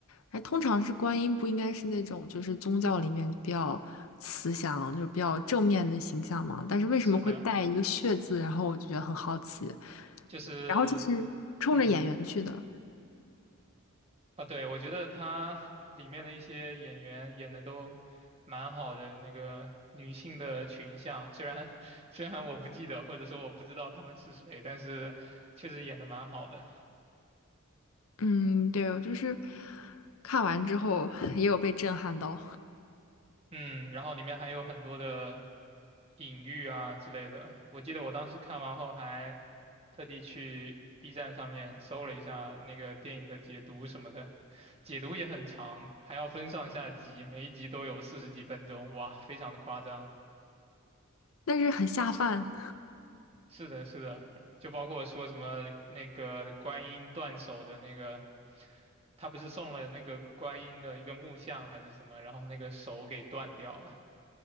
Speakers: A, on the left; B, on the right.
A: 哎，通常是观音不应该是那种就是宗教里面比较慈祥，就是比较正面的形象嘛？但是为什么会带一个血字？
B: 是的，
A: 然后我就觉得很好奇。
B: 就是
A: 然后就是冲着演员去的，
B: 嗯。啊，对，我觉得他里面的一些演员演的都蛮好的，那个女性的群像，虽然 <laughs> 虽然我不记得，或者说我不知道他们是谁，但是确实演的蛮好的。
A: 嗯，对，我就是看完之后也有被震撼到，
B: 嗯，然后里面还有很多的隐喻啊之类的。我记得我当时看完后还特地去 B 站上面搜了一下那个电影的解读什么的，解读也很长，还要分上下集，每一集都有四十几分钟，哇，非常的夸张。
A: 但是很下饭，
B: 是的，是的，就包括说什么那个观音断手的那个，他不是送了那个观音的一个木像还是什么，然后那个手给断掉了。